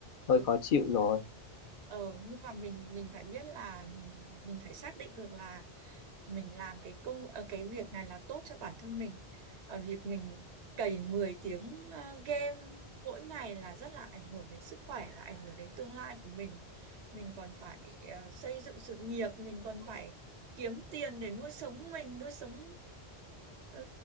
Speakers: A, on the left (about 60°); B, on the right (about 85°).
A: hơi
B: ừ.
A: khó chịu rồi
B: ờ nhưng mà mình mình phải biết là mình mình phải xác định được là mình làm cái công ờ, cái việc này là tốt cho bản thân mình Ờ, việc mình cày 10 tiếng ờ, game mỗi ngày là rất là ảnh hưởng đến sức khỏe và ảnh hưởng đến tương lai của mình mình còn phải ờ, xây dựng sự nghiệp mình còn phải kiếm tiền để nuôi sống mình nuôi sống ờ,